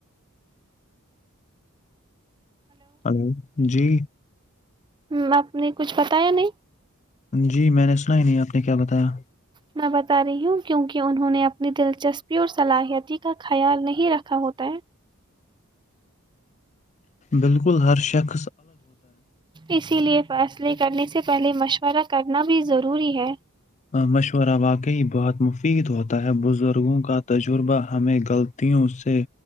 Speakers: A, on the left; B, on the right.
A: ہلو جی
B: ہ آپ نے کچھ بتایا نہیں
A: جی میں نے سنا ہی نہیں آپ نے کیا بتایا <inaudible>
B: میں بتا رہی ہوں کیونکہ انہوں نے اپنی دلچسپی اور صلاحیتی کا خیال نہیں رکھا ہوتا ہے
A: بالکل ہر شک
B: اسی لیے فیصلے کرنے سے پہلے مشورہ ہ کرنا بھی ضروری ہے
A: مشورہ واقعی بہت مفید ہوتا ہے بزرگوں کا تجربہ ہمیں غلطیوں سے